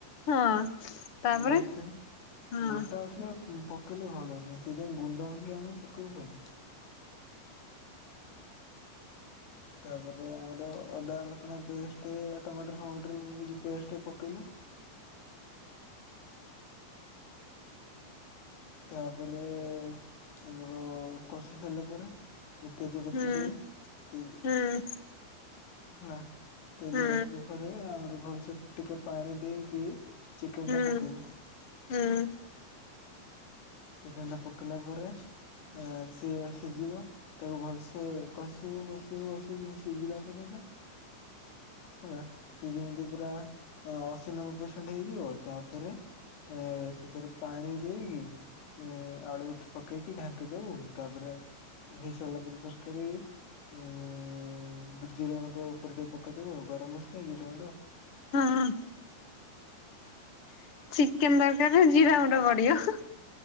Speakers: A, on the left; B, on the left.
A: ହଁ ତାପରେ
B: ପକେଇ ଦେଇଥିବୁ
A: ହଁ
B: ଗୋଟା ଅଛି ନା ପ ପକେଇଲେ ଭଲ ନାହିଁ ସେଇଥିପାଇଁ ଗୁଣ୍ଡ ମସଲା ଆଣିକି ପକେଇବ ଭଲ। ତାପରେ ଆମର ଅଦା ରସୁଣ ପେଷ୍ଟ ଟମାଟର ଫମାଟର ପେଷ୍ଟ ପକେଇଲୁ ତାପରେ ଆମର କଷି ସାରିଲା ପରେ ତେଜପତ୍ରଟି
A: ହୁଁ
B: କି
A: ହୁଁ
B: ହେଲା ତେଜପତ୍ର
A: ହୁଁ
B: ପରେ ଆଉରି ଭଲସେ ଟିକେ ପାଣି ଦେଇକି ଚିକେନ୍
A: ହୁଁ
B: ଟା ପକେଇବୁ।
A: ହୁଁ
B: ଚିକେନ୍ ଟା ପକେଇିଲା ପରେ ଆ ସିଏ ସିଝିବ ତାକୁ ଭଲସେ କଷିବୁ କଷିବୁ କଷିବୁ ସିଝିଲା ପର୍ଯ୍ୟନ୍ତ। ହେଲା ସେ ଯେମିତି ପୁରା ଅଶୀ ନବେ ପରସେଣ୍ଟ ହେଇଯିବ ତାପରେ ଏ ସେଥିରେ ପାଣି ଦେଇକି ଉଁ ଆଳୁ ଠ ପକେଇକି ଢାଙ୍କି ଦବୁ ତାପରେ ହେଇ ସାରିଲା ପରେ ତରକାରୀ ଉଁ ଜିରା ଗୁଣ୍ଡ ଉପରେ ଟିକେ ପକେଇଦବୁ ଗରମ ମସଲା ଜିରା ଗୁଣ୍ଡ
A: ହୁଁ। ଚିକେନ ତରକାରୀ ରେ ଜିରା ଗୁଣ୍ଡ ପଡିବ।